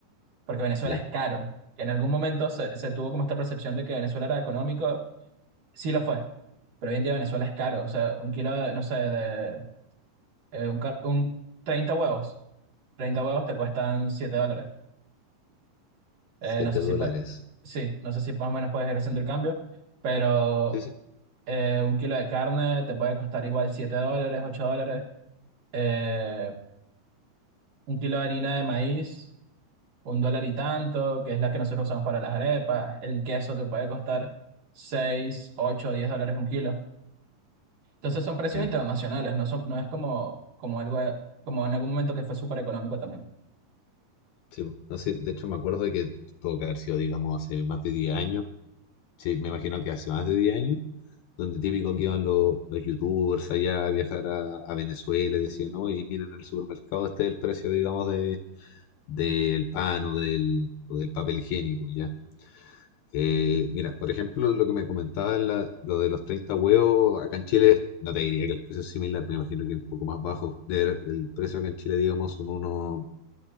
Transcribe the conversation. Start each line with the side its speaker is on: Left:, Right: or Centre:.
Right: porque Venezuela
Left: ya,
Right: es caro. Que en algún momento se, se tuvo como esta percepción de que Venezuela era económico, sí lo fue, pero hoy en día Venezuela es caro. O sea, un kilo, de, no sé, de eh, un, car- un 30 huevos, 30 huevos te cuestan 7 dólares. Eh,
Left: siete
Right: no sé
Left: dólares.
Right: si, pa- sí, no sé si más o menos puedes ir haciendo
Left: Ya.
Right: el cambio, pero
Left: Sí, sí.
Right: eh, un kilo de carne te puede costar igual 7 dólares, 8 dólares. Eh, un kilo de harina de maíz. un dólar y tanto, que es la que nosotros usamos para las arepas. El queso te puede costar 6, 8, 10 dólares un kilo. Entonces son precios
Left: Ya.
Right: internacionales, no son, no es como, como algo, como en algún momento que fue súper económico también.
Left: Sí, po. no sé, de hecho me acuerdo de que tuvo que haber sido, digamos, hace más de 10 años. Sí, me imagino que hace más de 10 años, donde típico que iban los, los youtubers allá a viajar a, a Venezuela y decían, no, y miren en el supermercado, este es el precio, digamos, de, del pan o del, o del papel higiénico, ya. Eh, mira, por ejemplo, lo que me comentaba la- lo de los 30 huevos, acá en Chile, no te diría que el precio es similar, me imagino que un poco más bajo. De- el precio acá en Chile, digamos, son unos